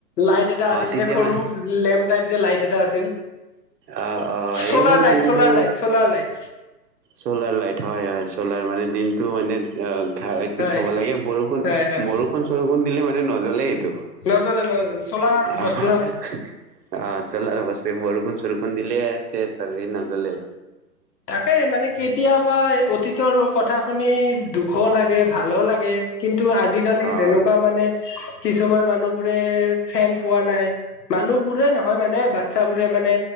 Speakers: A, on the left (about 75°); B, on the right (about 80°).
A: লাইট এটা আছিল
B: অ', তেতিয়া
A: যে সৰু
B: মানে
A: লেম্প টাইপ যে লাইট এটা আছিল।
B: আহ আহ সেইবোৰ
A: চলাৰ লাইট
B: দিনটো
A: solar light solar light
B: solar light হয় হয় চ'লাৰ মানে দিনটো মানে অ' ঘ এইটোত
A: হয়
B: থব লাগে বৰষুণ
A: হয় হয়
B: বৰষুণ চৰষুণ দিলে মানে নজ্বলে সেইটো।
A: নজলে নজলে চলাৰ বস্তু
B: আহ অ'
A: ন
B: চ'লাৰ বস্তু, বৰষুণ চৰষুণ দিলে চেছ আৰু সি নজ্বলে।
A: তাকে মানে কেতিয়াবা অতীতৰ কথা শুনি দুখো লাগে ভালো লাগে, কিন্তু আজিকালি
B: অ',
A: যেনেকুৱা মানে কিছুমান মানুহ বোৰে ফেন পোৱা নাই, মানুহ বোৰে নহয় মানে বাচ্ছাবোৰে। মানে